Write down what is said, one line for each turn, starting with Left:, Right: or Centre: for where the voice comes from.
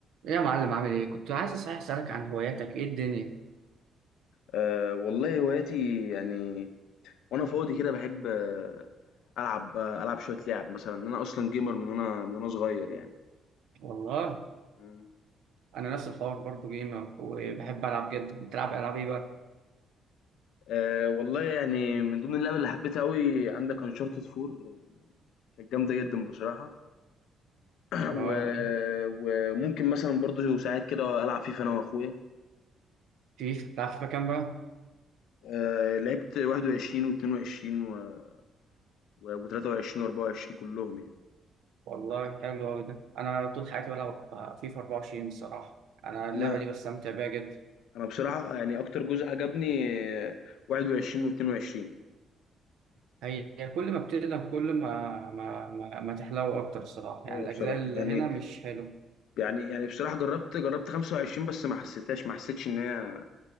Right: ايه يا معلم عامل ايه كنت عايز صحيح اسالك عن هواياتك ايه الدنيا
Left: أه والله هواياتي يعني وانا فاضي كده بحب آه، العب آه، العب شويه لعب مثلا انا اصلا جيمر من وانا من وانا صغير يعني
Right: والله
Left: مم.
Right: انا نفس الحوار برضو جيمر وبحب العب جدا بتلعب العاب ايه بقى
Left: أه والله يعني من ضمن اللعب اللي حبيتها قوي عندك انشارتد 4 كانت جامده جدا بصراحه <clears throat>
Right: اه
Left: و...
Right: ايه
Left: وممكن مثلا برضو ساعات كده العب فيفا انا واخويا
Right: فيفا بتلعب فيفا كام بقى
Left: أه لعبت 21 و22 و... و23 و24 كلهم يعني
Right: والله حلو قوي ده انا طول حياتي بلعب فيفا 24 الصراحه انا اللعبه
Left: انا
Right: دي بستمتع بيها جدا
Left: انا بصراحه يعني اكتر جزء عجبني آه، 21 و22
Right: هي هي كل ما بتقدم كل ما ما ما, ما تحلو اكتر الصراحه يعني
Left: آه
Right: الاجزاء
Left: بصراحة
Right: اللي
Left: يعني
Right: هنا مش حلو
Left: يعني يعني بصراحة جرّبت جرّبت 25 بس ما حسّيتهاش ما حسّيتش إن هي